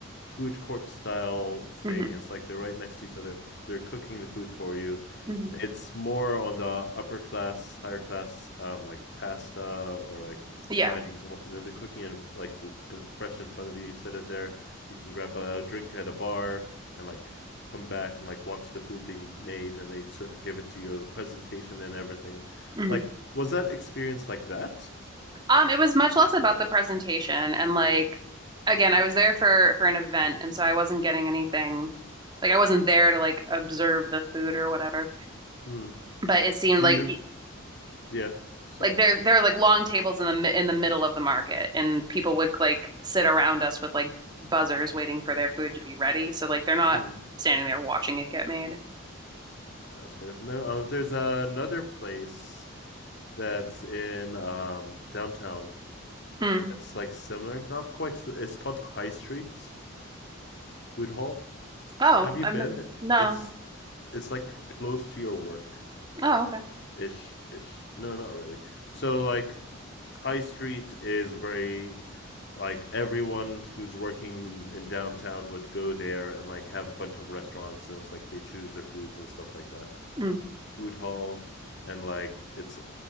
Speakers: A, on the left (about 50°); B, on the right (about 20°).
A: food court style
B: hmm
A: thing. It's like they're right next to each other. They're cooking the food for you.
B: hmm
A: It's more on the upper class, higher class, um, like pasta or like
B: Yeah.
A: Chinese and what. And then they're cooking it like w- in- fresh in front of you. You sit it there. You can grab a drink at a bar and like come back and like watch the food being made, and they sort give it to you, the presentation and everything.
B: mhm.
A: Like, was that experience like that?
B: Um, it was much less about the presentation and like again, I was there for for an event and so I wasn't getting anything like I wasn't there to like observe the food or whatever.
A: Hmm.
B: But it seemed
A: Do
B: like
A: you?
B: y-
A: Yeah, sorry.
B: like there there were like long tables in the mi- in the middle of the market and people would like sit around us with like buzzers waiting for their food to be ready. So like they're not
A: Mhm.
B: standing there watching it get made.
A: That's fair. No, uh, there's another place that's in um downtown.
B: Mm.
A: It's like similar, not quite. s- It's called High Street Food Hall.
B: Oh,
A: Have you
B: I've
A: been?
B: no, no.
A: It's it's like close to your work
B: Oh, okay.
A: ish ish. No, not really. So like High Street is very like everyone who's working in, in downtown would go there and like have a bunch of restaurants and it's like they choose their foods and stuff like that.
B: Mm.
A: food hall and like it's